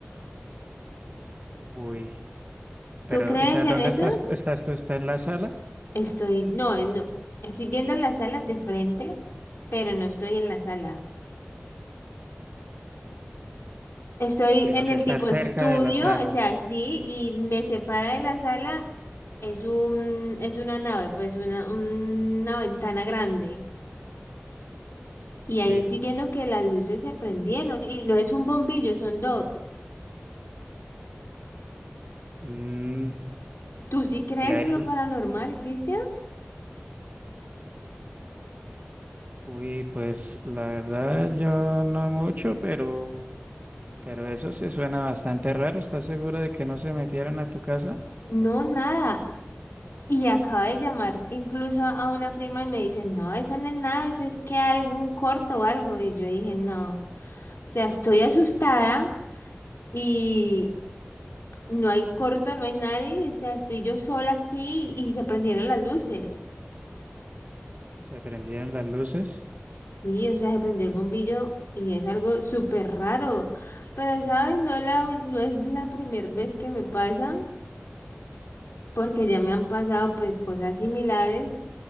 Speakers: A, on the right; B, on the left.
A: Uy,
B: ¿Tú
A: pero,
B: crees
A: o sea,
B: en
A: ¿dónde
B: esos?
A: estás? ¿Estás tú? ¿Estás en la sala?
B: Estoy, no, eh, no, estoy viendo las salas de frente, pero no estoy en la sala. Estoy
A: Sino
B: en
A: que
B: el
A: estás
B: tipo
A: cerca
B: estudio,
A: de la sala.
B: o sea, sí, y me separa de la sala, es un, es una nave, pues una, una ventana grande. Y
A: Sí.
B: ahí estoy viendo que las luces se prendieron, y no es un bombillo, son dos.
A: Mm,
B: ¿Tú sí crees
A: y ahí,
B: en lo
A: al-
B: paranormal, Cristian?
A: uy, pues la verdad yo no mucho, pero, pero eso sí suena bastante raro. ¿Estás segura de que no se metieron a tu casa?
B: No, nada. Y acabo de llamar incluso a a una prima y me dice, no, eso no es nada, eso es que algún corto o algo. Y yo dije, no, o sea, estoy asustada y no hay corto, no hay nadie, o sea, estoy yo sola aquí y se prendieron las luces.
A: Se prendieron las luces.
B: Y, o sea, se prendió el bombillo y es algo súper raro. Pero, ¿sabes? No, la, no es la primera vez que me pasa, porque ya me han pasado pues cosas similares.